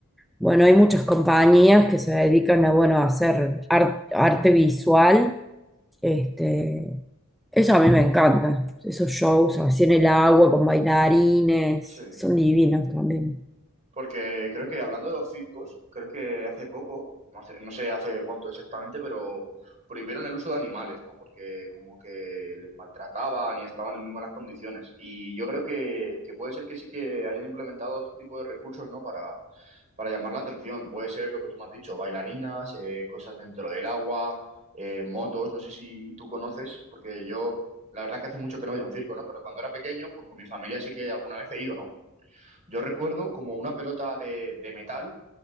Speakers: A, in the centre; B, on the right.
A: Bueno, hay muchas compañías que se dedican a, bueno, a hacer ar- arte visual. Este, eso a mí me encanta. Esos shows así en el agua con bailarines,
B: Sí,
A: son divinos también.
B: porque creo que hablando de los circos, creo que hace poco, no sé, no sé hace cuánto exactamente, pero prohibieron el uso de animales, ¿no? Porque como que les maltrataban y estaban en muy malas condiciones. Y yo creo que, que puede ser que sí que hayan implementado otro tipo de recursos, ¿no? Para, para llamar la atención. Puede ser lo que tú me has dicho, bailarinas, eh, cosas dentro del agua, eh, motos, no sé si tú conoces, porque yo, la verdad que hace mucho que no voy a un circo, ¿no? Pero cuando era pequeño, pues con mi familia sí que alguna vez he ido, ¿no? Yo recuerdo como una pelota de, de metal